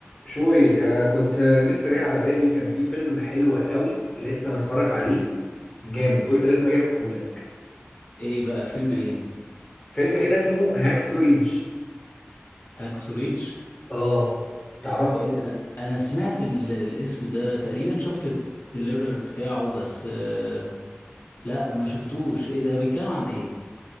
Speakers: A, on the left; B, on the left.
A: شوي آه كنت لسه جاي على بالي كان في فيلم حلو قوي لسه متفرج عليه جامد قلت لازم اجي احكيهولك
B: ايه بقى فيلم ايه
A: فيلم كده اسمه هاكسو ريدج
B: هاكسو ريدج
A: اه تعرفه
B: ايه ده انا انا سمعت ال... الاسم ده تقريبا شفت التريلر بتاعه بس آه... لا ما شفتوش ايه ده بيتكلم عن ايه